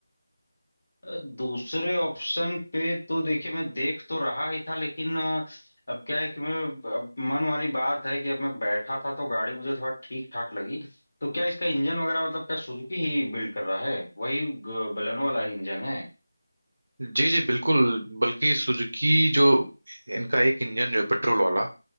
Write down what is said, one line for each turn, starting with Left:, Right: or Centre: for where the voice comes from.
Left: अ, दूसरे ऑप्शन पे तो देखिए मैं देख तो रहा ही था लेकिन अ, अब क्या है कि मैं अब मन वाली बात है कि अब मैं बैठा था तो गाड़ी मुझे थोड़ा ठीक ठाक लगी तो क्या इसका इंजन वगैरह मतलब क्या सुजुकी ही बिल्ड कर रहा है वही ग- बलेनो वाला इंजन है
Right: जी जी बिल्कुल बल्कि सुजुकी जो इनका एक इंजन जो है पेट्रोल वाला